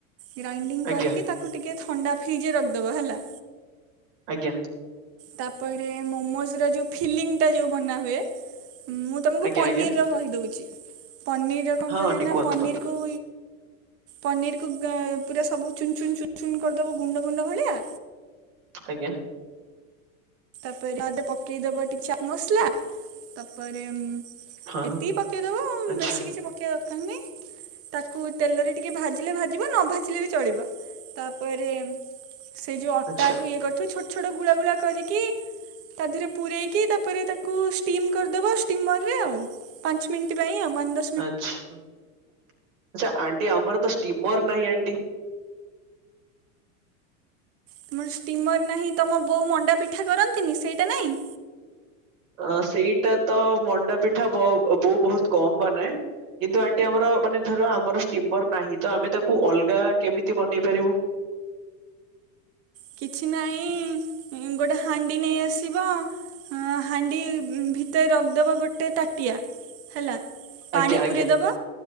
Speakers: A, on the right (about 35°); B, on the right (about 70°).
A: ଗ୍ରାଇଣ୍ଡିଂ
B: ଆଜ୍ଞା
A: କରିକି ତାକୁ ଟିକେ ଥଣ୍ଡା ଫ୍ରିଜରେ ରଖିଦବ, ହେଲା।
B: ଆଜ୍ଞା।
A: ତାପରେ ମମୋଜ୍‌ ର ଯୋଉ ଫିଲିଙ୍ଗ୍ ଟା ଯୋଉ ବନା ହୁଏ। ମୁଁ ତମକୁ
B: ଆଜ୍ଞା
A: ପନିର୍
B: ଆଜ୍ଞା
A: ର କହିଦଉଛି। ପନିର୍ ର କଣ
B: ହଁ
A: କରିବେ
B: ଆଣ୍ଟି
A: ନା
B: କୁହନ୍ତୁ
A: ପନିର୍
B: କୁହନ୍ତୁ
A: କୁ ପନିର କୁ ପୁରା ସବୁ ଚୁନ୍‌ଚୁନ୍‌, ଚୁନ୍‌ଚୁନ୍‌ କରିଦବ ଗୁଣ୍ଡ, ଗୁଣ୍ଡ ଭଳିଆ।
B: ଆଜ୍ଞା।
A: ତାପରେ ପକେଇଦବ ଟିକେ ଚାଟ୍ ମସଲା ତାପରେ
B: ହଁ
A: ଏତିକି
B: ହଁ
A: ପକେଇଦବ
B: ଆଚ୍ଛା
A: ବେଶୀ କିଛି ପକେଇବା ଦରକାର ନାହିଁ। ତାକୁ ତେଲରେ ଟିକେ ଭାଜିଲେ ଭାଜିବ ନ ଭାଜିଲେ ବି ଚଳିବ। ତାପରେ ସେ ଯଉ ଅଟାକୁ
B: ଆଚ୍ଛା
A: ଇଏ କରିଥିବ ଛୋଟ, ଛୋଟ ଗୁଳା, ଗୁଳା କରିକି ତା ଦେହରେ ପୂରେଇକି ତାପରେ ତାକୁ ଷ୍ଟିମ୍ କରିଦେବ ଷ୍ଟିମର୍ ରେ ଆଉ। ପାଞ୍ଚ ମିନିଟ ପାଇଁ ଆଉ ପାଞ୍ଚ ଦ
B: ଆଚ୍ଛ, ଆଚ୍ଛା ଆଣ୍ଟି ଆମର ତ ଷ୍ଟିମର୍ ନାହିଁ ଆଣ୍ଟି।
A: ତମର ଷ୍ଟିମର୍ ନାହିଁ ତମ ବୋଉ ମଣ୍ଡା ପିଠା କରନ୍ତିନି? ସେଇଟା ନାହିଁ?
B: ଅ ସେଇଟା ତ ମଣ୍ଡା ପିଠା, ବ-ବୋଉ ବହୁତ କମ୍ ବନାଏ। କିନ୍ତୁ ଆଣ୍ଟି ଆମର ମାନେ ଧର, ଆମର ଷ୍ଟିମର୍ ନାହିଁ ତ ଆମେ ତାକୁ ଅଲଗା କେମିତି ବନେଇ ପାରିବୁ?
A: କିଛି ନାହିଁ ଗୋଟେ ହାଣ୍ଡି ନେଇ ଆସିବ। ହଁ ହାଣ୍ଡି ଭିତରେ ରଖିଦେବା ଗୋଟେ ତାଟିଆ ହେଲା। ପାଣି
B: ଆଜ୍ଞା ଆଜ୍ଞା
A: ପୁରେଇଦବ